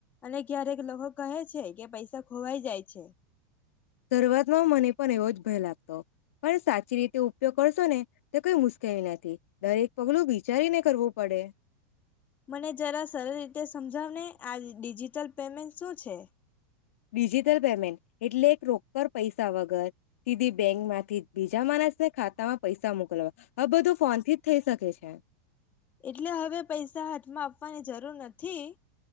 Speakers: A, on the left (about 25°); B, on the left (about 70°).
A: અને ક્યારેક લોકો કહે છે કે પૈસા ખોવાઈ જાય છે.
B: શરૂઆતમાં મને પણ એવો જ ભય લાગ તો પણ સાચી રીતે ઉપયોગ કરશો ને તે કઈ મુશ્કેલી નથી દરેક પગલું વિચારીને કરવું પડે.
A: મને જરા સરળ રીતે સમજાવને આ ડિજિટલ પેમેન્ટ શું છે.
B: ડિજિટલ પેમેન્ટ એટલે એક રોકડ પૈસા વગર સીધી બેંક માંથી બીજા માણસને ખાતામાં પૈસા મોકલવા આ બધું ફોનથી જ થઈ શકે છે.
A: એટલે હવે પૈસા હાથમાં આપવાની જરૂર નથી.